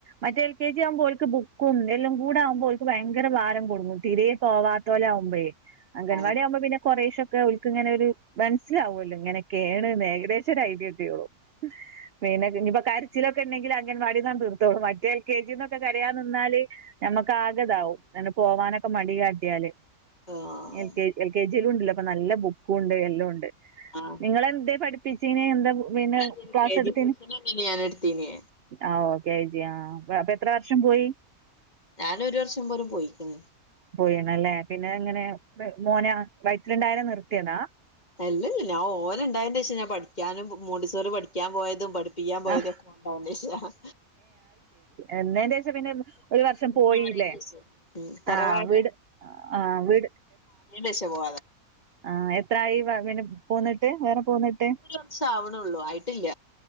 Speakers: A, on the right (about 60°); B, on the left (about 30°).
A: മറ്റേ എൽ കെി ആവുമ്പോൽക്ക് ബു കും എല്ലുകൂടെ ആകുമ്പോ ഓല്ക്ക് ഭയങ്കര ഭാരം കുടുങ്ങു തീരേ പോവാതോലാമ്പോയേ
B: അതാണ്
A: അംഗൻവാടി ആകുമ്പോൾ പിന്നെ കൊറേശൊക്കെ ഓല്ക്ക് ഇങ്ങനെ ഒരു മൻസ്സിലാവുല്ലോ ഇങ്ങനെ ക്കേണ്ന്ന് ഏ ഏദേശം ഒരു ഐഡിയ കിട്ടിയുള്ളൂ പിന്നെ ഇഞ്ഞിപ്പ കരച്ചിലൊക്കെണ്ടെങ്കിൽ അങ്ങൻവാടിന്നാണ് തീർത്തോളൂ. എൽ കെ ജി ന്നൊക്കെ കരയാ നിന്നാല് ഞമ്മക്ക് ആകെതാവും ങ്ങനെ പോവാനൊക്കെ മടി കാട്ടിയാല്
B: ആഹ്
A: L K L K G യിലും ഉണ്ടല്ലോ ഇപ്പൊ നല്ല ബുക്കും ഉണ്ട് എല്ലുണ്ട്
B: ആഹ്
A: നിങ്ങളെന്തേ പഠിപ്പിചിന് എന്താ പിന്നെ
B: ഞാൻ
A: ക്ലാസ്
B: കെ
A: എടുത്തന്
B: ജി സെക്ഷനന്നെനി ഞാൻ എടുത്തീനെ
A: ആ ഓ കേ ജി ആ അപ്പൊ എത്ര വർഷം പോയി?
B: ഞാന് ഒരു വർഷം പോലും പോയിക്കുണ്
A: പോയിണല്ലേ പിന്നെ ഇങ്ങനെ മോന വൈറ്റിലുണ്ടായിരണം നിർത്തിയതാ
B: അല്ലല്ല ഞാൻ ഓന ഉണ്ടായന്റെ ശേഷം ഞാൻ പഠിക്കാനും മോന്റീസൊറി പഠിക്കാൻ പോയതും പഠി പ്പിക്കാൻ പോയത്ക്ക
A: ആഹ്
B: മോൻണ്ടായ ശേഷ
A: എന്തെ <unintelligible> പിന്നെ ഒരു വർഷം പോയില്ലേ
B: മാറിയേന്റേഷം ഉം തറവാട്
A: ആ വീട് ആ വീട്
B: ശേഷാ പോ
A: ആഹ് എത്രായി വ- പിന്നെ പോന്നിട്ട് വേറെ പോന്നിട്ട്
B: ഒരു വർഷം ആവണള്ളൂ ആയിട്ടില്ല